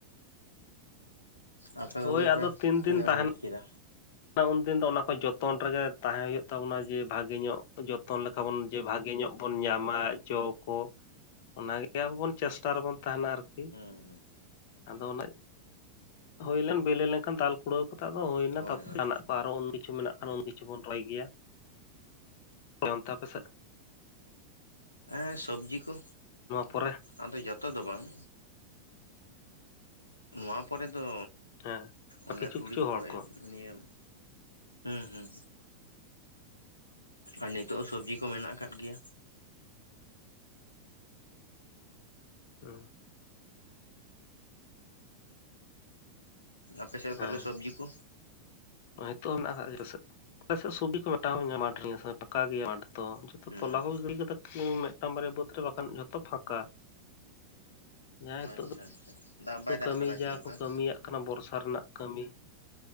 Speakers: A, on the left; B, on the left.
A: ᱟᱯᱮ
B: ᱦᱳᱭ
A: ᱠᱚᱜᱮ
B: ᱟᱫᱚ
A: ᱯᱮ
B: ᱛᱤᱱ
A: ᱛᱤᱱᱟᱹᱜ
B: ᱫᱤᱱ ᱛᱟᱦᱮᱱᱟ
A: ᱦᱟᱹᱵᱤᱡ ᱠᱮᱫᱟ?
B: ᱩᱱᱫᱤᱱ ᱫᱚ ᱚᱱᱟ ᱠᱚ ᱡᱚᱛᱚᱱ ᱨᱮᱜᱮ ᱛᱟᱦᱮᱸ ᱦᱩᱭᱩᱜ ᱛᱟᱵᱚᱱᱟ ᱡᱮ ᱵᱷᱟᱜᱮ ᱧᱚᱜ ᱡᱚᱛᱚᱱ ᱞᱮᱠᱟ ᱵᱚᱱ ᱡᱮ ᱵᱷᱟᱜᱮ ᱧᱚᱜ ᱵᱚᱱ ᱧᱟᱢᱟ ᱡᱚ ᱠᱚ᱾ ᱚᱱᱟᱜᱮ ᱟᱵᱚ ᱵᱚᱱ ᱪᱮᱥᱴᱟ ᱨᱮᱵᱚᱱ ᱛᱟᱦᱮᱱᱟ ᱟᱨᱠᱤ᱾
A: ᱦᱩᱸ ᱾
B: ᱟᱫᱚ ᱚᱱ ᱦᱩᱭᱞᱮᱱ ᱵᱮᱞᱤ ᱞᱮᱱᱠᱷᱟᱱ ᱫᱟᱞ ᱠᱩᱲᱟᱹᱣ ᱠᱟᱛᱮ ᱫᱚ ᱦᱩᱭᱱᱟ
A: ᱦᱳᱭ
B: ᱛᱟᱨᱯ
A: ᱦᱳᱭ
B: ᱟᱨᱚ ᱩᱱ ᱠᱤᱪᱷᱩ ᱢᱮᱱᱟᱜ ᱠᱷᱟᱱ ᱩᱱ ᱠᱤᱪᱷᱩ ᱵᱚᱱ ᱨᱚᱦᱚᱭ ᱜᱮᱭᱟ᱾ ᱚᱱᱛᱮ ᱟᱯᱮᱥᱮᱫ?
A: ᱦᱮᱸ ᱥᱚᱵᱡᱤ ᱠᱚ
B: ᱯᱚᱨᱮ
A: ᱟᱫᱚ ᱡᱚᱛᱚ ᱫᱚ ᱵᱟᱝ᱾ ᱱᱚᱣᱟ ᱯᱚᱨᱮ ᱫᱚ
B: ᱦᱮᱸ ᱟᱨ
A: ᱚᱱᱮ
B: ᱠᱤᱪᱷᱩ
A: ᱛᱩᱲᱤ
B: ᱠᱤᱪᱷᱩ
A: ᱠᱚᱠᱚ
B: ᱦᱚᱲ ᱠᱚ
A: ᱮᱨ᱾ ᱱᱤᱭᱮᱯ ᱦᱩᱸ ᱦᱩᱸ᱾ ᱟᱨ ᱱᱤᱛᱚᱜ ᱦᱚᱸ ᱥᱚᱵᱡᱤ ᱠᱚ ᱢᱮᱱᱟᱜ ᱟᱠᱟᱫ ᱜᱮᱭᱟ᱾
B: ᱦᱩᱸ᱾
A: ᱟᱯᱮ ᱥᱮᱫ ᱫᱚ
B: ᱦᱮᱸ
A: ᱛᱟᱦᱚᱞᱮ ᱥᱚᱵᱽᱡᱤ ᱠᱚ᱾
B: ᱱᱤᱛᱚᱜ ᱦᱚᱸ ᱦ ᱢᱮᱱᱟᱜᱟᱜ ᱟᱞᱮᱥᱮᱫ ᱪᱷᱚᱵᱤ ᱠᱚ ᱢᱮᱴᱟᱣ ᱦᱚᱸ ᱧᱟᱢᱟᱤᱧᱟᱹ ᱯᱟᱠᱟ ᱜᱮᱭᱟᱢ ᱢᱟᱴᱷᱚ ᱾ ᱛᱚ ᱡᱚᱛᱚ
A: ᱦᱩᱸ
B: ᱛᱚᱞᱟ ᱠᱚᱮ ᱜᱤᱰᱤ ᱠᱟᱫᱟ ᱢᱤᱫᱴᱟᱱ ᱵᱟᱨᱭᱟ ᱵᱟᱹᱫᱽ ᱨᱮ ᱵᱟᱠᱷᱟᱱ ᱡᱷᱚᱛᱚ ᱯᱷᱟᱠᱟ᱾ ᱡᱟᱦᱟᱸ
A: ᱟᱪᱪᱷᱟ
B: ᱦᱤᱛᱚᱜ
A: ᱟᱪᱪᱷᱟ ᱫᱟᱜ ᱵᱟᱭ
B: ᱫᱚ
A: ᱫᱟᱜ
B: ᱠᱟᱹᱢᱤ
A: ᱟᱠᱟᱫᱟ ᱪᱮ
B: ᱡᱟ
A: ᱚᱱᱠᱟ
B: ᱠᱚ ᱠᱟᱹᱢᱤᱭᱟᱜ ᱠᱟᱱᱟ ᱵᱚᱨᱥᱟ ᱨᱮᱱᱟᱜ ᱠᱟᱹᱢᱤ᱾